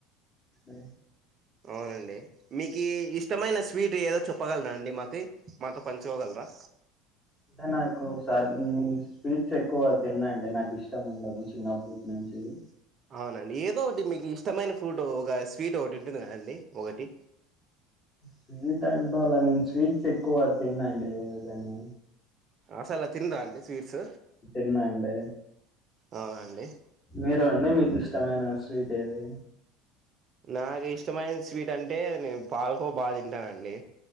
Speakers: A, on the left; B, on the right.
A: ఉ
B: అవునండి మీకి ఇష్టమైన స్వీట్ ఏదో చెప్పగలరా అండి మాకు మాతో పంచుకోగలరా?
A: అంటే నాకు సాధ్యం న స్పీడ్స్ ఎక్కువ తిననండి. నాకు ఇష్టం ఉండదు చిన్నప్పటి నుంచి ఉ
B: అవునండి ఏదో ఒకటి మీకు ఇష్టమైన ఫ్రుట్ ఒక స్వీట్ ఒకటి ఉంటుంది కదండి. ఒకటి
A: స్వీట్ అంటా అలా నేను స్వీట్స్ ఎక్కువ తిన్నండి ఏదైనా
B: అసలు తిన్రా అండి స్వీట్స్?
A: తినండి
B: అవును అండి.
A: మీరు అండి మీకు ఇష్టమైన స్వీట్ ఏది?
B: నాకు ఇష్టమైన స్వీట్ అంటే నేను పాలకోవా బాగా తింటానండి.